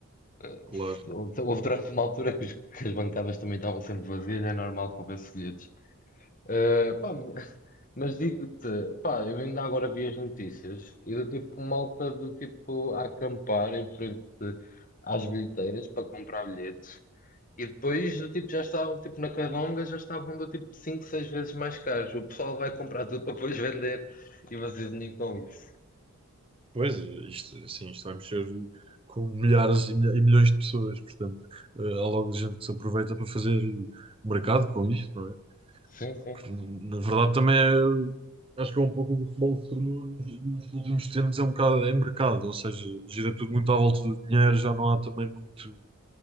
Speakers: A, on the left; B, on the right.
A: eh,
B: claro.
A: se- Houve houve durante uma altura que, os- que as bancadas também estavam sempre vazias, é normal que houvesse bilhetes. Eh, pá, Mas digo-te, pá, eu ainda agora vi as notícias e do tipo malta do tipo a acampar em frente às bilheteiras para comprar bilhetes e depois do tipo já estavam tipo na Candonga já estavam do tipo 5 6 vezes mais caros. O pessoal vai comprar tudo para depois vender e vocês nem com isso.
B: Pois, isto, assim, isto vai mexer com milhares e, milha- e milhões de pessoas. Portanto, eh, há logo gente que se aproveita para fazer mercado com isto, não é?
A: Sim, sim.
B: Que, na verdade, também é, acho que é um pouco o que o futebol se tornou nos, nos últimos tempos. É um bocado, é mercado, ou seja, gira tudo muito à volta do dinheiro, já não há também muito.